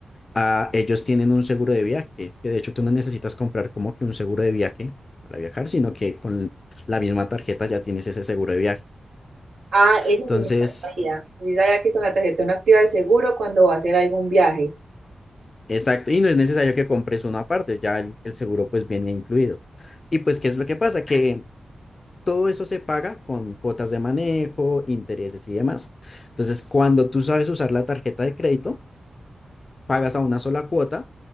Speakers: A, on the left (about 45°); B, on the right (about 85°).
A: Ah, ellos tienen un seguro de viaje, que de hecho tú no necesitas comprar como que un seguro de viaje para viajar, sino que con la misma tarjeta ya tienes ese seguro de viaje.
B: Ah, ese
A: Entonces,
B: sí me lo sabía. Sí sabía que con la tarjeta uno activa el seguro cuando va a hacer algún viaje.
A: exacto, y no es necesario que compres uno aparte, ya el el seguro pues viene incluido. Y pues, ¿qué es lo que pasa? Que Todo eso se paga con cuotas de manejo, intereses y demás. Entonces, cuando tú sabes usar la tarjeta de crédito, pagas a una sola cuota,